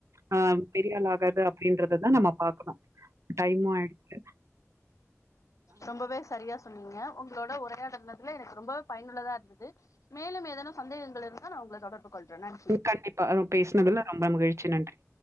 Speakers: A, on the right (about 65°); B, on the left (about 75°).
A: ஆ பெரிய ஆள் ஆகறது அப்டின்றததா நம்ம பாக்கணு டைமோ ஆயிடுச்சிடு
B: ரொம்பவே சரியா சொன்னீங்க உங்களோட உரையாடன இல்ல எனக்கு ரொம்பவே பயனுள்ளதா இருந்தது மேலும் ஏதேனூ சந்தேகங்கள் இருந்தா நா உங்கள தொடர்பு கொல்றானோ
A: ம் கண்டிப்பா நம் பேசினதுல ரொம்ப மகிழ்ச்சி நன்றி